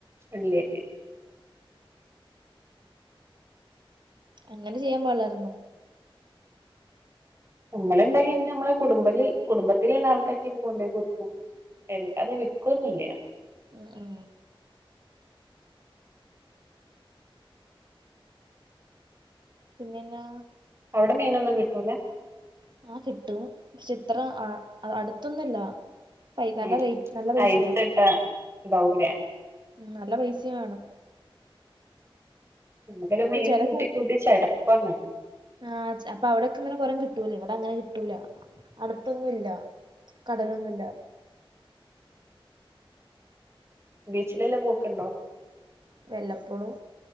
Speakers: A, on the right; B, on the right.
A: ഇല്ല
B: അങ്ങനെ ചെയ്യാൻ പാടില്ലായിരുന്നു
A: നമ്മളെന്തണ്ടാക്കി കാ നമ്മെ കുടുംബ കുടുംബത്തിലുള്ളള്ള ആൾക്കാക്ക് കൊണ്ട പോയി അത് വിൽക്കുംന്നില്ല
B: ആ ആ പിന്നന്നാ
A: അവിടെ മീനൊന്നും കിട്ടൂല
B: ആ കിട്ടും പക്ഷെ ഇത്ര അടുത്തൊന്നുമില്ല പ നല്ല
A: ഉം
B: റേറ്റ് നല്ല പൈസയാണ്
A: ഐസ് ഇട്ട ഇണ്ടാവൂലേ
B: മ് നല്ല പൈസയുണ്
A: നക്കും
B: ഇപ്പൊ
A: മീൻ
B: ചില
A: കൂട്ടി
B: സ്ഥല
A: കൂട്ടി ചിടപ്പാണ്
B: ആഹ് അപ്പൊ അവിടൊക്കെ ഇങ്ങനെ കൊറം കിട്ടൂല ഇവിടെ അങ്ങനെ കിട്ടൂല അടുപ്പൊന്നുംല്ല കടലൊന്നുമില്ല
A: ബീച്ചിലെല്ലെ പോക്കണ്ടോ
B: വല്ലപ്പോഴും